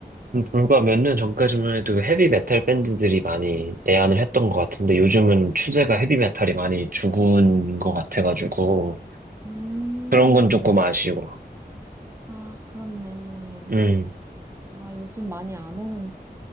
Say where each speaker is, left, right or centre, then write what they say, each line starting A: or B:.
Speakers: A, on the right; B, on the right.
A: 불과 몇 년 전까지만 해도 헤비 메탈 밴드들이 많이 내한을 했던 것 같은데 요즘은 추세가 헤비 메탈이 많이 죽은 것 같아가지고
B: 음,
A: 그런 건 조금 아쉬워.
B: 아, 그렇네.
A: 음,
B: 아, 요즘 많이 안 오는,